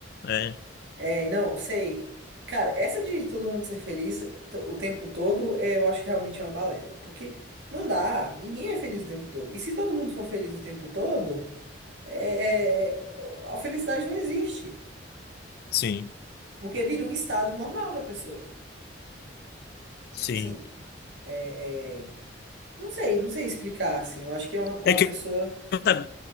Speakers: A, on the left; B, on the right.
A: É,
B: É, não, eu sei. Cara, essa de todo mundo ser feliz to- o tempo todo, é, eu acho realmente uma balela. Porque não dá, ninguém é feliz o tempo todo. E se todo mundo for feliz o tempo todo, é, é, a felicidade não existe.
A: sim,
B: Porque vira um estado normal da pessoa.
A: sim.
B: Tipo assim, é, é, não sei, não sei explicar, assim. Eu acho que é uma, uma
A: É que
B: pessoa,
A: sabe,